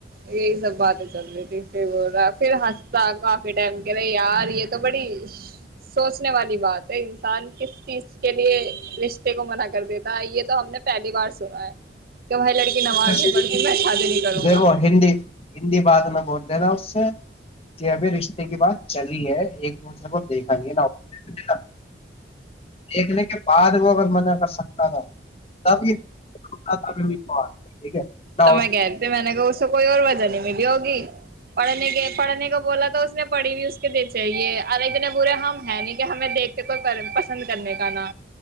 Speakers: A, on the right (about 55°); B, on the left (about 35°).
A: یہی سب باتیں چل رہی تھی پھر بول رہا پھر ہنستا کافی ٹائم کہہ رہے یار یہ تو بڑی سوچنے والی بات ہے انسان کس چیز کے لیے رشتے کو منع کر دیتا ہے یہ تو ہم نے پہلی بار سنا ہے تمہاری لڑکی
B: نہیں
A: نماز ہے بڑکن میں شادی نہیں کروں
B: دیکھو
A: گا
B: ہندی ہندی بات میں بول د رہا ہوں اس سے کہ ابھی رشتے کی بات چلی ہے ایک کو دیکھا نہیں ہے نا دیکھنے کے بعد وہ اگر میں نے اگر ا ہاں سب یہ ہے نہ
A: تو
B: اس
A: میں کہہتی میں نے کہ اس سے کوئی اور وجہ م ہوگی پڑھنے کے پڑھنے کو بولا تو اس نے پڑھی بھی اس کے دے چاہیے ارے اتنے برے ہم ہیں نہیں کہ ہمیں دیکھ کے کوئی پسند کرنے کا نا